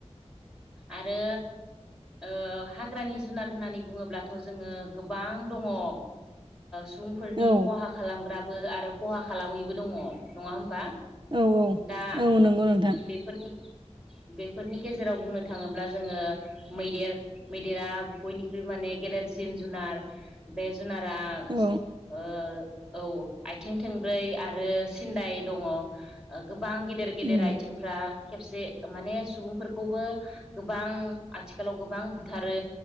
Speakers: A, in the centre; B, on the right.
A: आरो ओ हाग्रानि जुनार होननानै बुङोब्लाथ' जोङो गोबां दङ ओ सुबुंफोरनि
B: औ
A: खहा खालामग्राबो आरो खहा खालामैबो दङ नङा होमबा
B: औ
A: दा
B: औ नंगौ नोंथां
A: बेफोरनि बेफोरनि गेजेराव बुंनो थाङोब्ला जोङो मैदेर मैदेरा बयनिख्रुइ माने गेदेरसिन जुनार बे जुनारा‌
B: औ
A: ओ औ आइथिं थोंब्रै आरो सिन्दाय दङ ओ गोबां गेदेर गेदेर
B: उम
A: आथिंफ्रा खेबसे माने सुबुंफोरखौबो गोबां आथिखालाव गोबां बुथारो